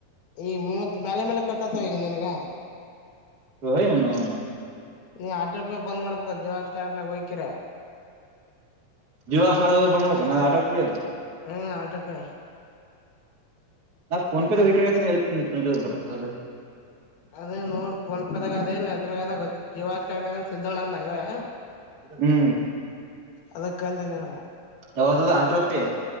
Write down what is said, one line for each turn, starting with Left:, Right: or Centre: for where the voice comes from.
Left: ಈಗ ಮೂತ್ ಮಲೆ ಮೇಲೆ ಕಟ್ಟತ್ತವ ಈಗ ನಿನಗ
Right: ನೋಡಿಲ್ಲ ನಾನು
Left: ನೀ ಆಟೂ ಪೇ ಬಂದ್ ಮಾಡ್ಬೇಕ ಜಿಯೋ ಸ್ಟಾರ್ ಗೇ ಹೋಗಿ
Right: ಜಿಯೋ ಸ್ಟಾರ್ ದಾಗ ಅಯ್ತೆನೋ ಆಟೋ ಪೆ
Left: ಹ್ಮ ಆಟೋ ಪೆ
Right: ನಾ ಫೋನ್ ಪೆದು ಹೇಳ್ತಿದೀನಿ ಬರೀತಾನಾಳ್ರಿ
Left: ಅದೇ ನೋಡ್ ಪೋನ್ಪದಾಗ ಅದೇನ್ ಅದ್ರದಾಗ ಗೊತ್ತಿಲ್ಕ್ ಜಿಯೋ ಸ್ಟಾರ್ ಸಿಗದೊಂದು ನನಗುವೇ
Right: ಹ್ಮ್
Left: ಅದಕ್ಕಂದೆ ನಿನಗ
Right: ಯಾವುದು ಅದು ಆಟೋ ಪೇ